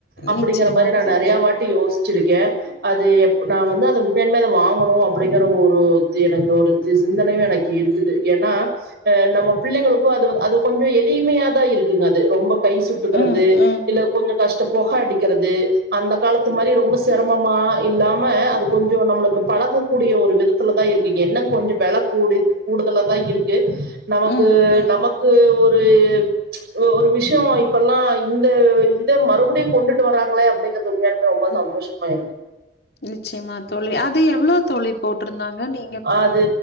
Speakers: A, on the right; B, on the left.
A: அப்பிடிங்கற
B: நிச்சயமா
A: மாரி நா
B: தோழி
A: நெறையா வாட்டி யோஸ் ச்சிருக்கே அது எப் நா வந்து அது உண்மையான்மே அத வாங்குணு அப்டிங்கற ஒருத் எனக்கு ஒருத்து சிந்தனையு எனக்கு இருக்குது ஏன்னா அ நம்ம பிள்ளைங்களுக்கு அதுவ அது கொஞ்சோ எளிமையாதா இருக்குங்க அது ரொம்ப கை சுட்டுக்கறது
B: ம் ம்
A: இல்ல கொஞ்சோ கஷ்ட பொக அடிக்கிறது அந்த காலத்து மாரி ரொம்ப சிரமமா இல்லாம அது கொஞ்சோ நம்மளுக்கு பழக கூடிய ஒரு விதத்துலதா இருக்கு என்னங் கொஞ்சோ வெல கூடித் கூடுதலாதா இருக்கு. நமக்கு
B: ம் ம்
A: நமக்கு ஒரு எ ஒ ஒரு விஷ்யோ இப்பெல்லா இந்த இத மறுபடியு கொண்டுட்டு வராங்களே அப்டிங்க து உண்மையாலுமே ரொம்போ சந்தோஷமா இருக்கு.
B: நிச்சயமா தோழி அது எவ்ளோ தோழி போட்ருந்தாங்க நீ
A: ஆ அது